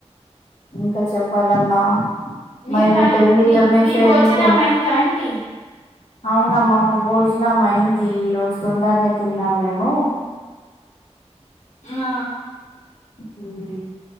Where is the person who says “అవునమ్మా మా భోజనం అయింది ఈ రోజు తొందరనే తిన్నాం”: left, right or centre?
Left